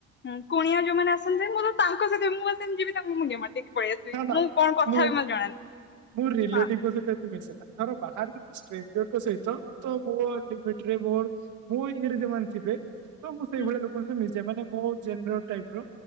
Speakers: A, on the left (about 35°); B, on the right (about 80°).
A: ହୁଁ କୁଣିଆ ଯୋଉମାନେ ଆସନ୍ତି ମୁଁ ତ ତାଙ୍କ ସହିତ ବି ମୁଁ ଖାଲି ସେମିତି ଯିବି ତାଙ୍କୁ ମୁଣ୍ଡିଆ ମାର୍ ଦେଇକି ପଳେଇଆସିବି।
B: ନା ନା
A: ମୁଁ କଣ କଥା
B: ମୁଁ
A: ହେବି ମତେ ଜଣାନାହିଁ।
B: ମୁଁ ରିଲେଟିଭଙ୍କ
A: ହଁ
B: ସହିତ ଏତେ ମିଶେନା କାରଣ ବାହାର ବି ମୁଁ ଷ୍ଟ୍ରେଞ୍ଜର୍ ଙ୍କ ସହିତ ତ ମୋ ଲିମିଣ୍ଟିରେ ମୋ ମୋ ଇଏରେ ଯେଉଁ ମାନେ ଥିବେ ତ ମୁଁ ସେଇଭଳିଆ
A: ହୁଁ
B: ଲୋ ଲୋକଙ୍କ ସହିତ ମିଶିଯାଏ ମାନେ ମୋ ଜେନେରାଲ୍ ଟାଇପିର